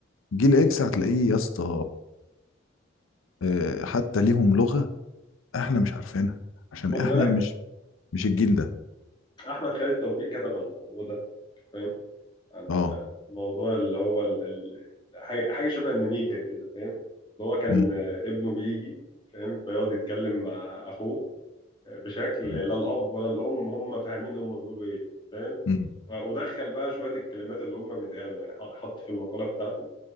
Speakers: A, on the left; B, on the left.
A: جيل اكس هتلاقيه يا اسطى آه، حتى ليهم لغة احنا مش عارفينها عشان
B: خد
A: احنا
B: بالك
A: مش مش الجيل ده
B: احمد خالد توفيق كتب عن الموضوع ده فاهم عن
A: اه
B: موضوع اللي هو ال... ال... حاجه حاجة شبه النميجه كده فاهم اللي هو كان
A: مم.
B: آه، ابنه بيجي فاهم فيقعد يتكلم مع اخوه آه، بشكل
A: مم.
B: لا الاب ولا الام هم فاهمين هم بيقولوا ايه فاهم
A: مم.
B: ف- ودخل بقى شويه الكلمات اللي هم بيتقالوا يعني ح- حط في المقاله بتاعته